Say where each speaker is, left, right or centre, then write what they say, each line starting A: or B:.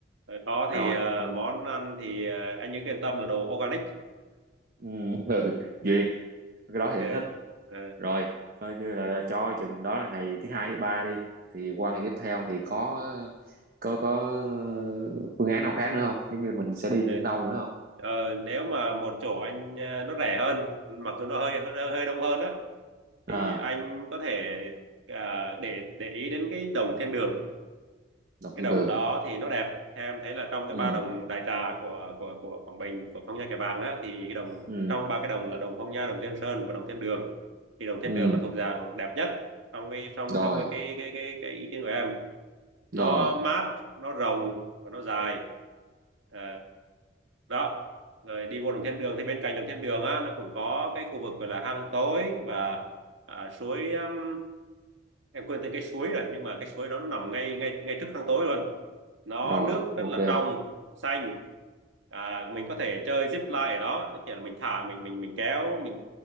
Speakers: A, on the right; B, on the right.
A: Rồi có
B: rồi
A: thì ờ,
B: coi
A: món ăn thì ờ, anh nhớ yên tâm là đồ organic
B: ừ, <laughs> ừ, duyệt cái đó
A: ok
B: thì anh thích
A: Ờ,
B: rồi coi như là, là cho chừng đó là ngày thứ hai thứ ba đi thì qua ngày tiếp theo thì có có có phương án nào khác nữa không giống như mình sẽ đi
A: Thế,
B: những đâu nữa không
A: ờ, nếu mà một chỗ anh à, nó rẻ hơn mặc dù nó hơi hơi, hơi đông hơn á
B: à
A: thì anh có thể à, để để ý đến cái đồng thiên đường
B: động
A: cái
B: thiên
A: đồng
B: đường
A: đó thì nó đẹp em thấy là trong cái
B: ừ
A: ba đồng đại trà của của của Quảng Bình của Phong Nha Kẻ Bàng á thì cái đồng
B: ừ
A: trong ba cái đồng là đồng Phong Nha đồng Tiên Sơn và đồng Thiên Đường thì đồng Thiên
B: ừ
A: Đường là thuộc dạng đẹp nhất trong cái trong
B: rồi
A: trong cái cái cái cái, cái ý kiến của em nó
B: rồi
A: mát nó rộng và nó dài Ờ, đó rồi đi vô đồng thiên đường thì bên cạnh đồng thiên đường á nó cũng có cái khu vực gọi là hang tối và à, suối um, em quên tên cái suối rồi nhưng mà cái suối đó nó nằm ngay ngay ngay trước hang tối luôn nó
B: rồi
A: nước
B: ok
A: rất là trong xanh à, mình có thể chơi zip line ở đó kiểu là mình thả mình mình mình kéo mình